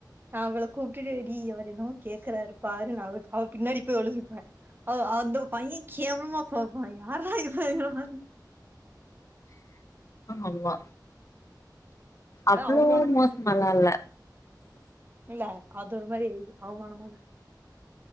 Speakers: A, on the right; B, on the left.
A: நா அவள கூப்டுட்டு டீ இவரு என்னவோ கேக்குறாரு பாரு நா அவ அவ பின்னாடி போய் ஒழிஞ்சிக்குவே ஓ அந்த பைய கேவலமா பாப்பா யார்ரா இவங்கிற மாரி
B: ஆமா
A: அதா
B: அவ்ளோ
A: அவமானமா
B: மோசமால்லா
A: இருக்கு
B: இல்ல
A: இல்ல அது ஒரு மாரி அவமானமாதா